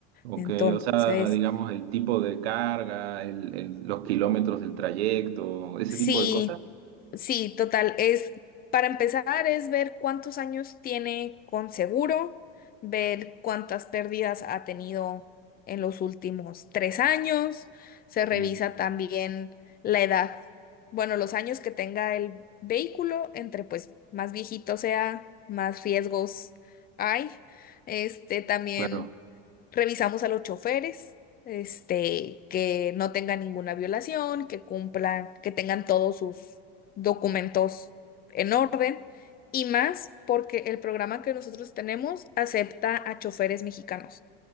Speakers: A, on the right; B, on the left.
A: Ok,
B: Entonces,
A: o sea, digamos el tipo de carga, el, el- los kilómetros del trayecto, ese
B: Sí,
A: tipo de cosas.
B: sí, total. Es, para empezar, es ver cuántos años tiene con seguro, ver cuántas pérdidas ha tenido en los últimos tres años. Se revisa
A: Mm,
B: también la edad, bueno, los años que tenga el vehículo, entre pues más viejito sea, más riesgos hay. Este también
A: claro.
B: revisamos a los choferes este, que no tengan ninguna violación, que cumplan, que tengan todos sus documentos en orden y más porque el programa que nosotros tenemos acepta a choferes mexicanos.